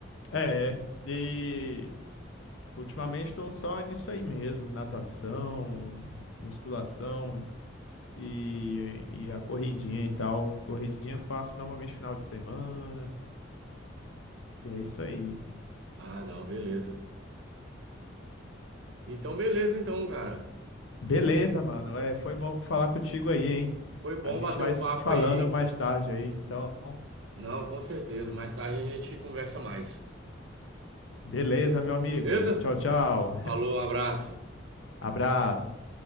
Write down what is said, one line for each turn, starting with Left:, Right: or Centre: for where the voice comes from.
Left: É, e ultimamente estou só nisso aí mesmo, natação, musculação E, e a corridinha e tal. Corridinha eu faço normalmente final de semana. E é isso aí.
Right: Ah, não, beleza. Então, beleza, então, cara.
Left: Beleza, mano. É, foi bom falar contigo aí, hein?
Right: Foi bom
Left: A gente
Right: bater
Left: vai
Right: o
Left: se
Right: papo
Left: falando
Right: aí.
Left: mais tarde aí. Então,
Right: Não, com certeza. Mais tarde a gente conversa mais.
Left: beleza, meu amigo.
Right: Beleza?
Left: Tchau, tchau.
Right: Falou, um abraço.
Left: <laughs> Abraço.